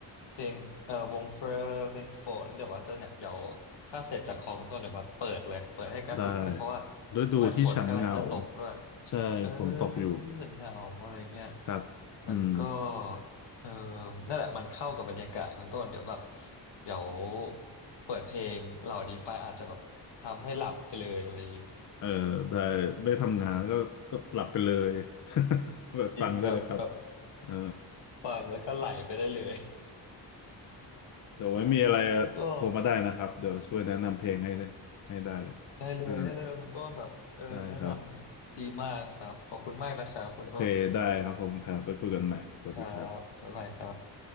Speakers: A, on the left; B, on the left.
A: เพลงเอ่อวงเฟอร์เพลงฝนเดี๋ยวว่าจะเนี่ยเดี๋ยวถ้าเสร็จจากคอคุณต้นเดี๋ยวว่าเปิดเลยเปิดให้กระหึ่มเลยเพราะว่า
B: ได้ฤดูที่ฉันเหงา
A: เหมือนฝนกำลังจะตกด้วย
B: ใช่ฝนตกอยู่
A: เออฤดูที่ฉันเหงาอะไรเงี้ย
B: ครับอืม
A: แล้วก็เออนั่นแหละมันเข้ากับบรรยากาศคุณต้นเดี๋ยวแบบเดี๋ยวเปิดเพลงเหล่านี้ไปอาจจะแบบทำให้หลับไปเลยอะไรอย่างงี้
B: เออได้ไม่ทำงานก็ก็หลับไปเลย <laughs> แบบฟังได้เลยครับ
A: จริงครับแบบ
B: เออ
A: ฟังแล้วก็ไหลไปได้เลย
B: เดี๋ยวไว้มีอะไร
A: เนาะก็
B: โทรมาได้นะครับเดี๋ยวช่วยแนะนำเพลงให้ได้ให้ได้เลย
A: ได้เลยได้เลยคุณต้นแบบเออแนะนำดีมากครับขอบคุณมากนะครับคุณต้น
B: อ่าได้ครับโอเคได้ครับขอบคุณครับไปคุยกันใหม่สวัสดีครับ
A: ครับบ๊ายบายครับ